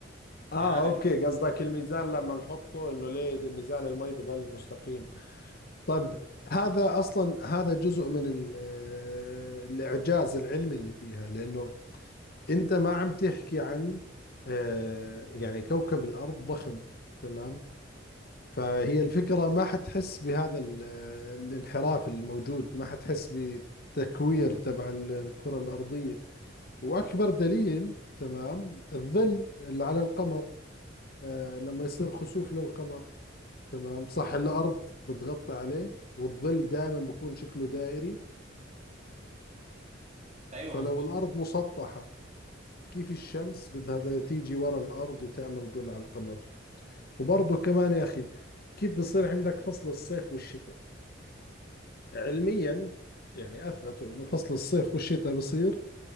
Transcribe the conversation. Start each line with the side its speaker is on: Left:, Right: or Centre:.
Left: اه
Right: يعني أنا دلوقتي
Left: اوكي قصدك الميزان لما نحطه انه ليه ميزان المي بضل مستقيم طب هذا اصلا هذا جزء من ال- آه، الاعجاز العلمي اللي فيها لانه انت ما عم تحكي عن آه، يعني كوكب الارض ضخم تمام فهي الفكرة ما حتحس بهذا ال- آه، الانحراف الموجود ما حتحس بتكوير تبع ال- الكرة الارضية واكبر دليل تمام الظل اللي على القمر آه، لما يصير خسوف للقمر تمام صح الأرض بتغطي عليه والظل دائما بيكون شكله دائري
Right: أيوه
Left: فلو
Right: مظبوط
Left: الأرض مسطحة كيف الشمس بدها تيجي ورا الأرض وتعمل ظل على القمر وبرضه كمان يا أخي كيف بصير عندك فصل الصيف والشتاء علميا يعني أثبتوا إنه فصل الصيف والشتاء بصير